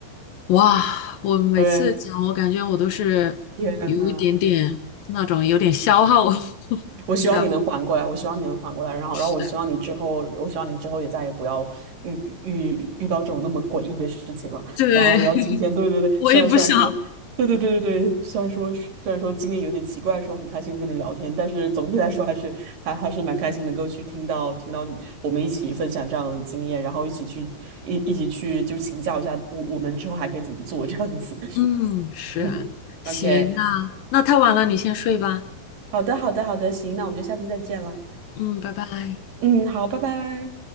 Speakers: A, on the left; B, on the right.
A: 哇，我每次讲，
B: 对，
A: 我感觉我都是有一点点那种有点消耗，
B: 天呐。
A: <laughs>
B: 我希望你能缓过来，
A: 你知道吗？
B: 我希望你能缓过来，然后，
A: 是的，
B: 然后我希望你之后，我希望你之后也再也不要遇遇遇到这种那么诡异的事情了。
A: 对，
B: 然后，
A: <laughs>
B: 然后今天，对对对，
A: 我也不想。
B: 虽然虽然说，对对对对对，虽然说虽然说今天有点奇怪，说很开心跟你聊天，但是总体来说还是还还是蛮开心能够去听到听到你我们一起分享这样的经验，然后一起去一一起去就请教一下我我们之后还可以怎么做这样子。
A: 嗯，
B: <laughs>
A: 是啊，
B: 嗯
A: 行，
B: ，OK，
A: 那那太晚了，你先睡吧。
B: 好的好的好的，行，那我们就下次再见了。
A: 嗯，拜拜。
B: 嗯，好，拜拜。